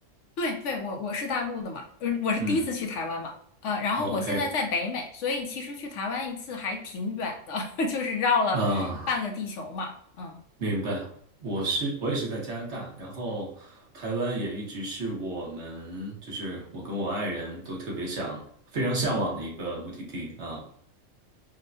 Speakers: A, on the left (about 70°); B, on the right (about 65°).
A: 对对，我我是大陆的嘛，呃，我是第一次去台湾嘛，
B: 嗯
A: 呃，然后我现在在北美，
B: ，OK。
A: 所以其实去台湾一次还挺远的，<laughs> 就是绕了半个地球嘛，
B: 啊、
A: 嗯，
B: 明白，我是我也是在加拿大，然后台湾也一直是我们，就是我跟我爱人都特别想、非常向往的一个目的地啊。